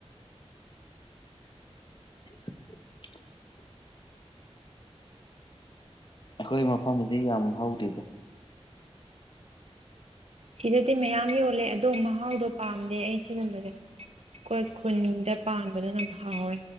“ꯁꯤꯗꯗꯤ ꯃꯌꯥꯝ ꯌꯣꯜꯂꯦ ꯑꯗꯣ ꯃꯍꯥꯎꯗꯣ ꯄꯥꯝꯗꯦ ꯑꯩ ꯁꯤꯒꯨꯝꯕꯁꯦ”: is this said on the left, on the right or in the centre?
Right